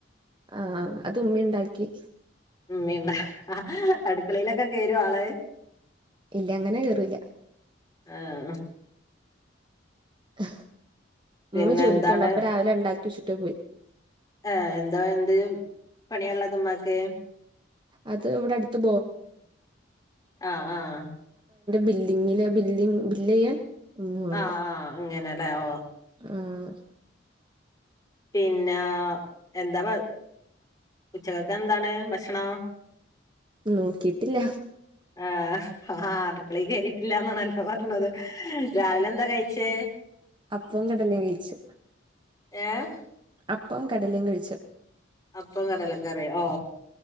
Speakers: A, on the right; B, on the left.
A: ആ അതുമ്മി, ഉണ്ടാക്കി
B: ഉമ്മിണ്ട് അടുക്കളയിലൊക്കെ കേറുവോ ആള്
A: ഇല്ല അങ്ങനെ കേറൂല്ല.
B: ആ
A: ഹ
B: പിന്നെ
A: ഉമ്മി ജോലിക്കോണ്ട്
B: എന്താണ്
A: അപ്പൊ രാവിലെ ഉണ്ടാക്കി വെച്ചിട്ട് പോയി
B: ആഹ് എന്താ എന്ത് പണിയുള്ളാതാ ഉമ്മാക്ക്?
A: അത് ഇവിടെ അടുത്ത്
B: ആഹ് ആഹ്
A: ബില്ലിങ്ങില് ബില്ലിങ് ബില്ല് ചെയ്യാൻ ഉമ്മ ഉണ്ട്
B: ആഹ് ആഹ് അങ്ങനെല്ലേ ഓ.
A: ആഹ്.
B: പിന്നെ എന്താ ഉച്ചക്കൊക്കെ എന്താണ് ഭക്ഷണം?
A: നോക്കിട്ടില്ല
B: ആഹ് അടുക്കളേ കേറിട്ടില്ലാന്നാണല്ലോ പറഞ്ഞത് രാവിലെ എന്താ കഴിച്ചേ?
A: അപ്പോം കടലേം കഴിച്ചു
B: ഏഹ്
A: അപ്പോം കടലേം കഴിച്ചു
B: അപ്പോം കടലക്കറിയും ഓ